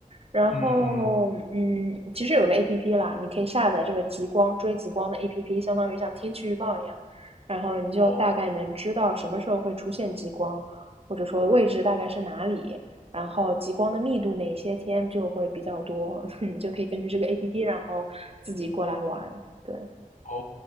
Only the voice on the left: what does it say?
嗯嗯，
哦
哦